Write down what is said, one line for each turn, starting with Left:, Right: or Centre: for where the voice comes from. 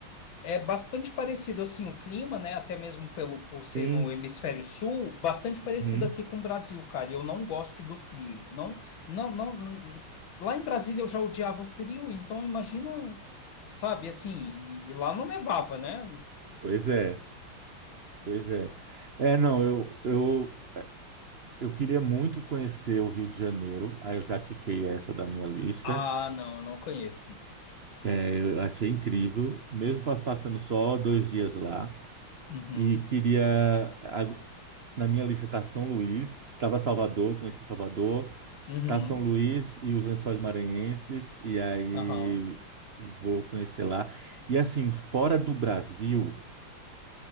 Left: é bastante parecido assim o clima, né? Até mesmo pelo, por
Right: sim.
Left: ser no hemisfério sul, bastante
Right: uhum,
Left: parecido aqui com o Brasil, cara. e Eu não gosto do frio. Não, não, não. Lá em Brasília eu já odiava o frio, então imagina, sabe, assim, e, e lá não nevava, né?
Right: Pois é, pois é. É, não, eu, eu, eu queria muito conhecer o Rio de Janeiro, aí eu já tiquei essa da minha lista.
Left: Ah, não, não conheço.
Right: É, eu achei incrível, mesmo pa- passando só dois dias lá.
Left: Uhum,
Right: E queria. Na minha lista está São Luís, estava Salvador, conheci Salvador,
Left: uhum,
Right: tá São Luís e os Lençóis Maranhenses, e aí
Left: aham.
Right: vou conhecer lá. E assim, fora do Brasil,